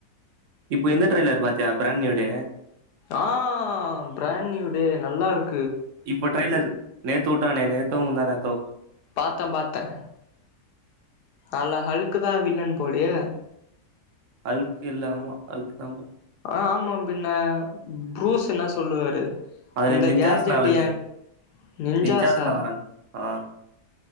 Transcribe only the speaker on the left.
ஆ பிராண்ட் நியூடே நல்லா இருக்
பாத்தன் பாத்தன் அல்லா ஹழுக்கு தான் வில்லன் போலேயே
ஆமாம் பின்ன புரூஸ் என்ன சொல்லுவாரு
இந்த
கேஜெட்
ஏன் நிஞ்ஜசா